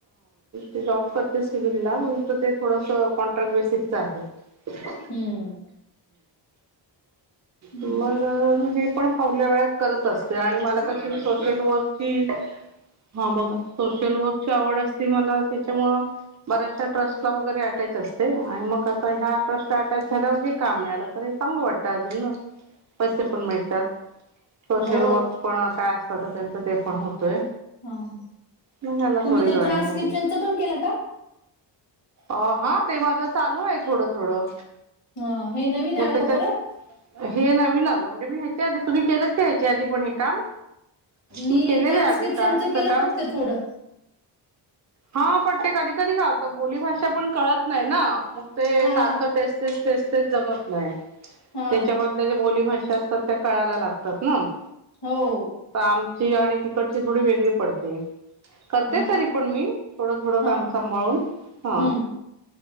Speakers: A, on the right (about 40°); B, on the left (about 60°).
A: ते जॉब करते सिविलला म्हणून तर ते थोडंसं कॉन्ट्रॅक्ट बेसिकचं आहे. ह.
B: हम्म. हम्म.
A: मग हे पण पावल्या वेळात करत असते आणि मला कशी सोशल वर्कची हा बघा सोशल वर्कची आवड असली मला त्याच्यामुळं बऱ्याचशा ट्रस्टला वगैरे अटॅच असते आणि मग आता ह्या ट्रस्टला अटॅच झाल्यावरही काम मिळालं. हे चांगल वाटतं अजून ना
B: <unintelligible>
A: पैसे पण मिळतात सोशल
B: हो
A: वर्क पण काय असतात तर त्यांच ते पण होतोय
B: हा <inaudible>
A: म झाला
B: तुम्ही
A: थोडे
B: ते
A: जॉइंट
B: ट्रान्स्क्रिप्शनच
A: झाग
B: पण केलं का
A: अ हा ते माझं चालू आहे थोडं थोडं
B: ह हे नवीन
A: मग
B: आला
A: त्याच्यात
B: का परत
A: हे नवीन आलं म्हणजे मी ह्याच्या आधी तुम्ही केलंत का ह्याच्या आधी पण हे काम
B: मी
A: त केलेल
B: ट्रान्स्क्रिप्शनच
A: आहे आधि टास्क
B: केलं
A: च काम
B: फक्त थोडं
A: हा पटते कधी कधी का तर बोली भााषा पण कळत नाही ना मग ते
B: हा
A: सारखं ते तेच तेच जमत नाही त्याच्यामध्ये
B: हा
A: आपल्या ज्या बोलीभ भाषा असतात त्या कळायला लागतात ना <inaudible>
B: हो <unintelligible>
A: तर आमची आणि तिकडची थोडी वेगळी पडते करते
B: ह
A: तरी पण मी थोडं थोडं
B: हा
A: काम सांभाळून हा
B: हम्म